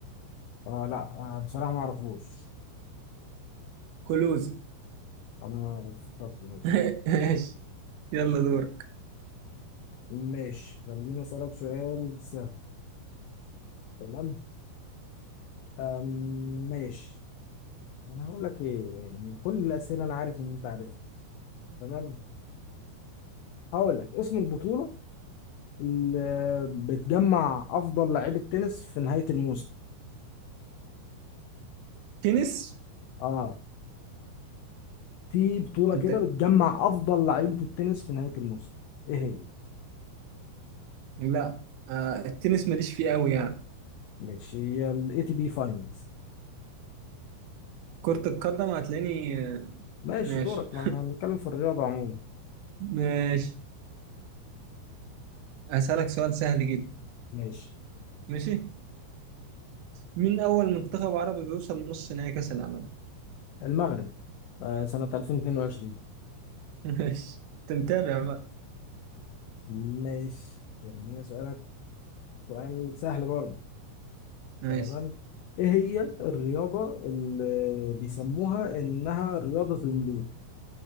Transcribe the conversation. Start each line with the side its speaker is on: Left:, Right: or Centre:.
Left: اه لا آه بصراحة ما اعرفوش
Right: كلوزي
Left: انا ما فكرت ماشي
Right: <laughs> ماشي يلا دورك
Left: ماشي خليني اسألك سؤال سهل تمام آم، ماشي انا هقول لك ايه يعني كل الأسئلة انا عارف ان انت عارفها تمام هقول لك اسم البطولة اللي بتجمع افضل لعيبة تنس في نهاية الموسم
Right: تنس
Left: اه في بطولة
Right: انت
Left: كده بتجمع افضل لعيبة التنس في نهاية الموسم ايه هي؟
Right: لا آه التنس ماليش فيه قوي يعني
Left: ماشي هي الاي تي بي فاينلز
Right: كرة القدم هتلاقيني
Left: ماشي
Right: ماشي
Left: دورك ما احنا هنتكلم في الرياضة عموما
Right: <laughs> ماشي هسألك سؤال سهل جدا
Left: ماشي
Right: ماشي مين أول منتخب عربي بيوصل نص نهائي كأس العالم؟
Left: المغرب آه، سنة 2022
Right: <laughs> ماشي أنت متابع بقى
Left: ماشي يعني هي سؤالك سؤال سهل برضه
Right: ماشي
Left: تمام ايه هي الرياضة اللي بيسموها انها رياضة الملوك